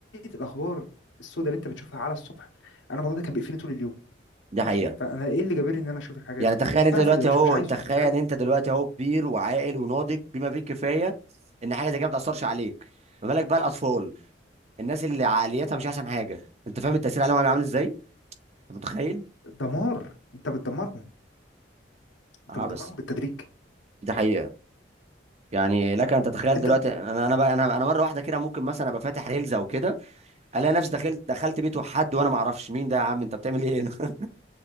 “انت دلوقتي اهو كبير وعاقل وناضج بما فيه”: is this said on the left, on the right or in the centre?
Right